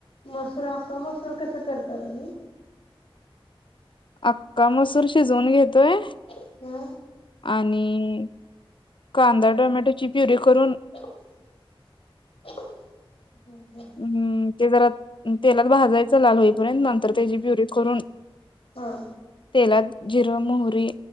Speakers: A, on the left; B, on the left.
A: मसूर अख्खा मसूर कसं करता तुम्ही?
B: अक्का मसूर शिजवून घेतोय.
A: हम्.
B: आणि, कांदा टोमॅटोची प्युरी करून
A: <inaudible>
B: हम् ते जरा, तेलात भाजायचं लाल होईपर्यंत नंतर त्याची प्युरी करून.
A: हा.
B: तेलात जिरं, मोहरी,